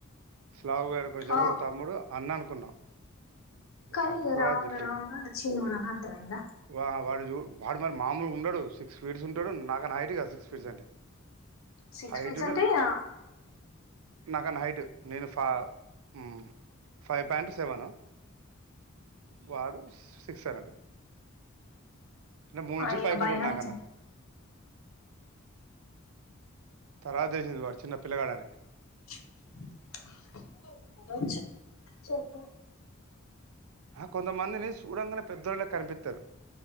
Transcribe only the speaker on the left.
ఆ
కాని
ఇంగ
రాంగ
రాంగ అచ్చిన్నోడనా అర్థవంగా
సిక్స్
ఫీట్స్ అంటే ఇగ
ఆ
ఇగ
భయం
అయితది
<unintelligible> చెప్